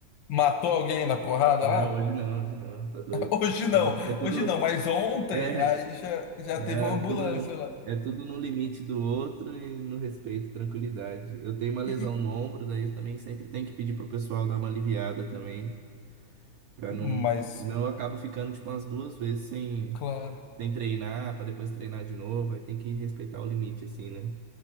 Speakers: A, on the left (about 80°); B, on the right (about 75°).
A: Matou alguém na porrada
B: Não,
A: lá?
B: hoje não, hoje não, tá doido.
A: <laughs> Hoje não,
B: Ah, É tudo.
A: hoje não, mas ontem
B: É,
A: aí já, já
B: não,
A: teve
B: é
A: uma ambulância
B: tudo.
A: lá.
B: É tudo no limite do outro e no respeito, tranquilidade. Eu tenho uma lesão
A: E- e-
B: no ombro, daí eu também sempre tenho que pedir pro pessoal dar uma aliviada também, pra
A: mas,
B: não. Senão eu acabo ficando, tipo, umas duas vezes sem,
A: claro.
B: sem treinar, pra depois treinar de novo. Aí tem que respeitar o limite, assim, né?